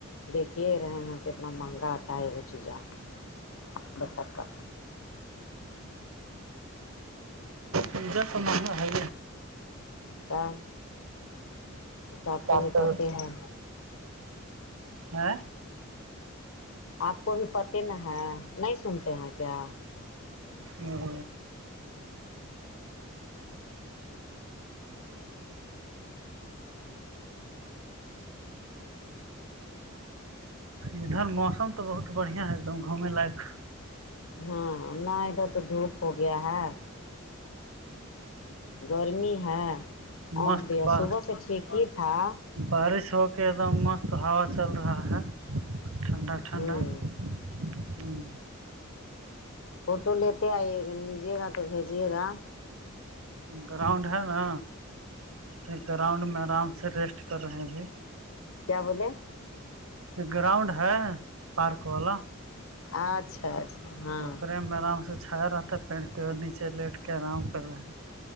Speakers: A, on the left; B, on the right.
A: دیکھیے رہے ہیں کتنا مہنگا آتا ہے وہ چیزاکا
B: پزہ سا مانا آ ہے
A: کیا سب
B: سات
A: کو ہی
B: سو
A: پتے ہے
B: ہ
A: آپ کو بھی پتے نہ ہے نہیں سنتے ہیں کیا
B: اور ادھر موسم تو بہت بڑھیا ہے ایک دم گھوم لائق
A: ہاں نہ ادھر تو دھوپ ہو گیا ہے گرمی ہے اس
B: مست
A: دیا
B: ب
A: صبح سے ٹھیک ہی تھا
B: بارش ہو کے ایک دم مست ہوا چل رہا ہے ٹھنڈا ٹھنڈا
A: ہوں
B: ہوں
A: فوٹو لیتے آئیے گا لیجیے گا تو بھیجیے گا
B: گراؤنڈ ہے نا اس گراؤنڈ میں آرام سے ریسٹ کر رہے ہیں بھیھی
A: کیا بولے
B: یہ گراؤنڈ ہے پارک والا
A: اچھا اچھا ہاں
B: ارے میں آرام سے چھایا رہا تھا پین کے نیچے لٹ کے آرام کر رہا